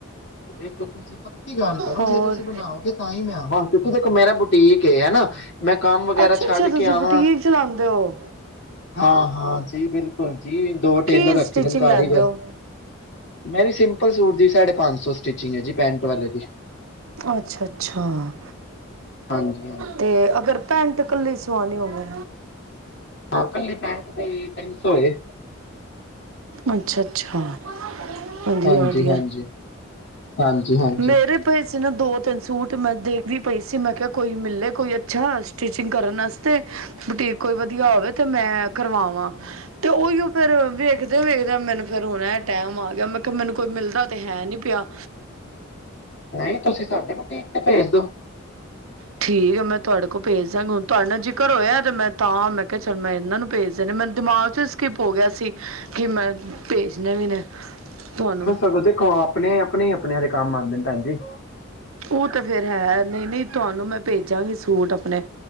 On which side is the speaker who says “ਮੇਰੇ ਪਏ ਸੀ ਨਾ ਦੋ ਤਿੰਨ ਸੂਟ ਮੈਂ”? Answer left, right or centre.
Right